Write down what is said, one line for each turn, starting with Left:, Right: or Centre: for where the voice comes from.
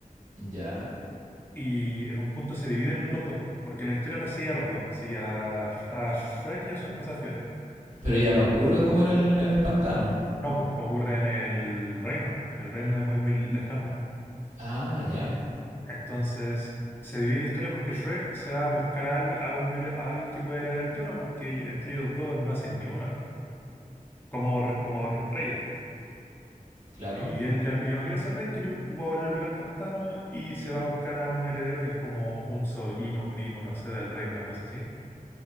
Right: Ya.
Left: Y en un punto se dividen los dos, po, porque la historia los sigue a los dos, sigue a, Sh- a Shrek y a su esposa Fiona.
Right: Pero ya no ocurre como en el, en el pantano.
Left: No, pues ocurre en el reino, en el reino de muy, muy lejano.
Right: Ah, ya,
Left: Entonces, se divide la historia porque Shrek se va a buscar a, ali- a, un here- a alguien que pueda heredar el trono, porque entre ellos dos no hacen ni una, como, re- como reyes.
Right: claro.
Left: Y él ya, ya no quiere ser rey, quiere volver al pantano y se va a buscar a un heredero que es como un sobrino, primo, no sé, del rey, una cosa así